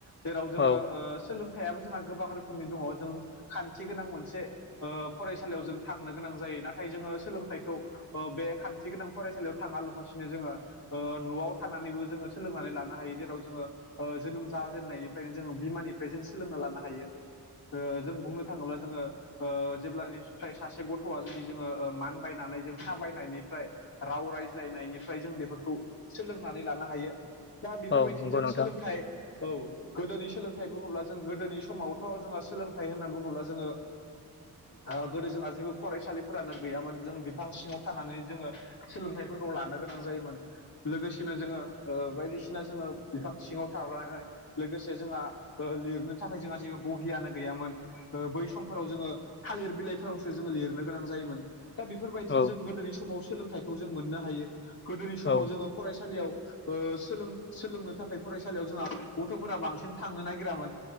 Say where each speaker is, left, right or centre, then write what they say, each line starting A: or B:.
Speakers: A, on the left; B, on the left.
A: जेराव जोङो
B: औ
A: ओ सोलोंथाइयाबो जोंहा गोबां रोखोमनि दङ जों खान्थि गोनां मोनसे ओ फरायसालियाव जों थांनो गोनां जायो नाथाय जोङो सोलोंथाइखौ अ बे खान्थि गोनां फरायसालियाव थाङा लफासिनो जोङो ओ न'आव थानानैबो जोङो सोलोंनानै लानो हायो जेराव जोङो ओ जोनोम जाजेननायनिफ्रायनो जोङो बिमानिफ्राय जों सोलोंना लानो हायो। ओ जों बुंनो थाङोब्ला जोङो ओ जेब्लानिफ्राय सासे गथ'आ जुदि जोङो ओ मानबायनानै जों थाबायनायनिफ्राय राव रायज्लायनायनिफ्राय जों बेफोर खौ सोलोंनानै लानो हायो दा बेफोर
B: औ
A: बायदिनो
B: नंगौ
A: जों
B: नोंथां
A: सोलोंथाइ औ गोदोनि सोलोंथाइ बुङोब्ला जों गोदोनि समावथ' जोङो सोलोंथाइ होनना बुङोब्ला जोङो ओ गोदो जोंहा जेबो फरायसालिफोरानो गैयामोन जों बिफां सिङाव थानानै जोङो सोलोंथाइफोरखौ लानो गोनां जायोमोन। लोगोसेनो जोङो ओ बायदिसिना जोङो बिफां सिङाव थाबाय लोगोसे जोंहा ओ लिरनो थाखाय जोंहा जेबो बहियानो गैयामोन। ओ बै समफोराव जोङो थालिर बिलाइफोरावसो जोङो लिरनो गोनां जायोमोन। दा बेफोर बायदिनो
B: औ
A: जों गोदोनि समाव सोलोंथाइखौ जों मोननो हायो गोदोनि समाव
B: औ
A: जोङो फरायसालियाव ओ सोलों सोलोंनो थाखाय फरायसालियाव जोंहा गथ'फोरा बांसिन थांनो नागिरामोन।